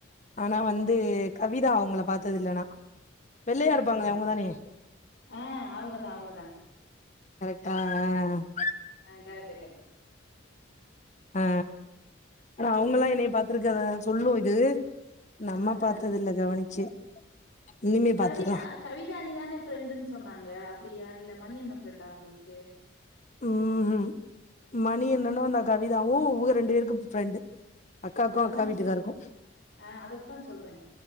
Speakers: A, on the left (about 35°); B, on the left (about 75°).
A: ஆனா வந்து கவிதா அவுங்கள பாத்தது இல்ல நா வெள்ளையா
B: அப்பிடியா
A: இருப்பாங்களே அவுங்க தானே
B: ஆ அவுங்கதா அவுங்கதா
A: ஆ ஆ
B: ஆ கரெட்டு கர்ட்
A: ஆ ஆனா அவங்கல்லா என்னைய பாத்துருக்க அத சொல்லூ இது நம்ம
B: ஆ
A: பாத்தது
B: ஆ
A: இல்ல கவனிச்சு இனிமே
B: கவிதா
A: பாத்துர்லா
B: கவிதா அண்ணிதான ஃப்ரெண்டுன்னு சொன்னாங்க அப்டியா இல்ல மணி அண்ண ஃப்ரெண்டா உங்களுக்கு
A: ம்ஹு மணி அண்ணனு அந்த கவிதாவு இவக ரெண்டு பேருக்கு ஃப்ரெண்டு அக்காக்கு
B: அததா
A: அக்கா வீட்டுக்காருக்கு
B: சொல்ற ஆ அதத்தா சொல்றே